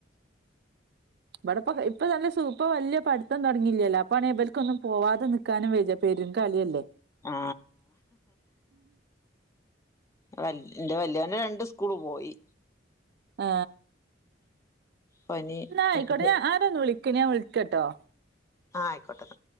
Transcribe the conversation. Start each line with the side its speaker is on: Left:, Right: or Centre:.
Right: ഇവിടെപ്പ ഇപ്പൊ നല്ല സൂപ്പ വല്യാ പടിത്തം തുടങ്ങിയില്ലല്ല അപ്പണേ ഇവലിക്കൊന്നും പോവാതെ നിക്കാനും വര്യാ പെരും കളിയല്ലേ
Left: ആ വല് ന്റെ വല്യകണ്ണ് രണ്ട് സ്കൂള് പോയി
Right: ആ
Left: പനി
Right: ന്നായ്ക്കോട്ടെ
Left: ആയിട്ട്
Right: ഞാ ആരെന്ന് വിളി ക്ന് വിൾ കെട്ടോ
Left: ആയിക്കോട്ടെ